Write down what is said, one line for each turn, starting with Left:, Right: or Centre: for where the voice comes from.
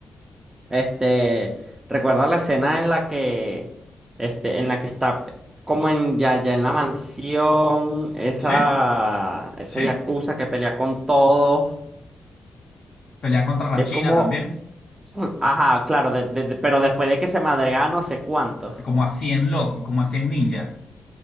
Right: este, recuerda la escena en la que, este, en la que está como en ya, ya en la mansión, esa,
Left: sí,
Right: esa
Left: sí.
Right: yakuza que pelea con todos.
Left: Pelea contra la
Right: Es
Left: China
Right: como
Left: también.
Right: Ajá, claro, de- de- de- pero después de que se madrea no sé cuánto.
Left: Como a 100 locos, como a cien ninjas.